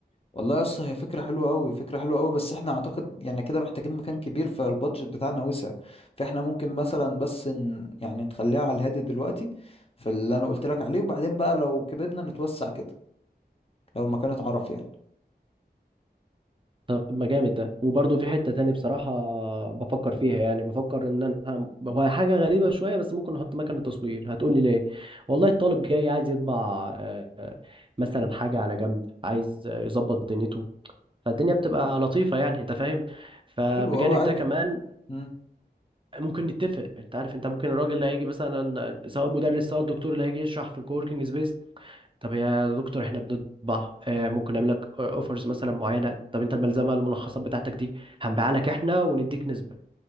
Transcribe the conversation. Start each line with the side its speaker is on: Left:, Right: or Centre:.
Left: والله يا اسطى هي فكره حلوه قوي فكره حلوه قوي بس احنا اعتقد يعني كده محتاجين مكان كبير فالبادجت بتاعنا وسع فاحنا ممكن مثلا بس ن... يعني نخليها على الهادي دلوقتي في اللي انا قلت لك عليه وبعدين بقى لو كبرنا نتوسع كده لو المكان اتعرف يعني
Right: طب ما جامد ده وبرضه في حتة تاني بصراحة بفكر فيها يعني بفكر ان انا هو حاجة غريبة شوية بس ممكن احط مكنة تصوير هتقول لي ليه والله الطالب جاي عايز يطبع آه، آه، مثلا حاجة على جنب عايز آه، يظبط دنيته فالدنيا بتبقى لطيفة يعني انت فاهم فبجانب
Left: حلو اه عادي
Right: ده كمان
Left: امم
Right: ممكن نتفق انت عارف انت ممكن الراجل اللي هيجي مثلا سواء مدرس سواء الدكتور اللي هيجي يشرح في الكووركينج سبيس طب يا دكتور احنا بنطبع آه، ممكن نعمل لك اوفرز مثلا معينه طب انت الملزمه الملخصات بتاعتك دي هنبيعها لك احنا ونديك نسبه